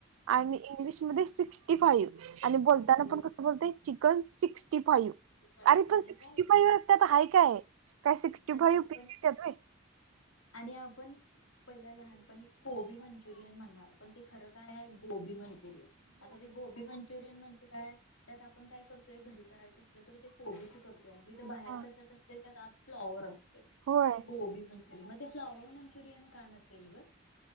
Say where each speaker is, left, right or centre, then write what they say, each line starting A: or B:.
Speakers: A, on the right; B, on the left.
A: आणि इंग्लिशमध्ये सिक्स्टी फाईव्ह आणि बोलताना
B: फाईव्ह
A: पण कस बोलतोय चिकन सिक्स टी फाईव
B: फाईव्ह
A: अरे पण
B: आणि
A: सिक्टी
B: काय
A: फाईव त्यात हाय काय? काय सिक्स्टी
B: आणि
A: फाय
B: आपण
A: पीस येत्यात व्हय?
B: आणि आपण पहिल्या लहानपणी कोबी मंचुरियन म्हणणार, पण ते खरं काय आहे गोबी मंचु मंचुरियन आता ते गोबी मंचुरियन म्हणजे काय? त्यात आपण काय करतोय, घरी करायचं असलं तर ते कोबीच करतोय तिथे बाहेर
A: हा
B: कशाच असते त्यात आत फ्लॉवर असतोय.
A: होय
B: मग ते गोबी मंचुरियन मग ते फ्लॉवर मंचुरियन का नसेल गं?